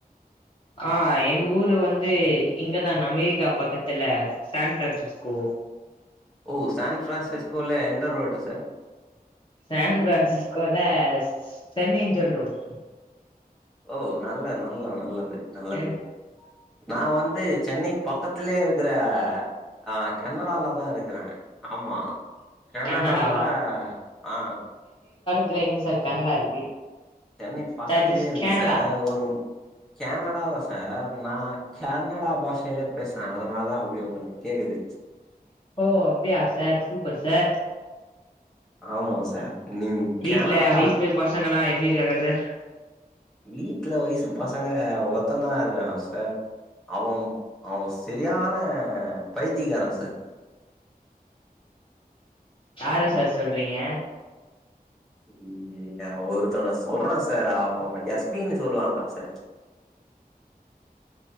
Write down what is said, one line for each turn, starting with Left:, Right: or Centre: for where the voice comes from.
Left: ஆ என் ஊரு வந்து இங்கதா அமெரிக்கா பக்கத்துல சான் ஃபிரான்சிஸ்கோ
Centre: ஓ சான்ஃப்ரான்சிஸ்கோல என்த ரோடு சார்
Left: சான் ஃபிரான்சிஸ்கோல சென்னைஞ்சல் ரோட்
Centre: ஓ நல்ல நல்ல நல்லது நல்லது
Left: ஏ
Centre: நான் வந்து சென்னை பக்கத்திலயே இருக்கிற ஆ கனடால தான் இருக்கிறே ஆமா கனடால
Left: கன்னடாவா
Centre: ஆ
Left: துல எங்க சார் கன்னடா இருக்கு
Centre: சென்னை பக்கத்துலயே
Left: தட் இஸ்
Centre: இருக்கு
Left: கேனடா
Centre: சார் வரும் கேனடா தா சார் நான் கேனடா பாஸ் ஷலே பேசுறே அதனால தா அப்பிடி உங்களுக்கு கேக்குது
Left: ஓ அப்டியா சார் சூப்பர் சார்
Centre: ஆமா சார் நீங்
Left: வீட்ல
Centre: கனடா
Left: வய்ஃபு பசங்க எல்லா எப்பிடி இருக்காங்க சார்
Centre: வீட்ல வயசுப் பசங்க ஒருத்த தா இருக்காங்க சார் அவம் அவ செரியான பைத்தியக்கார சார்
Left: யார சார் சொல்றீங்க
Centre: ம் ஒருத்தவன சொல்ற சார் அவ எஸ்பினு சொல்லுவாங்க சார்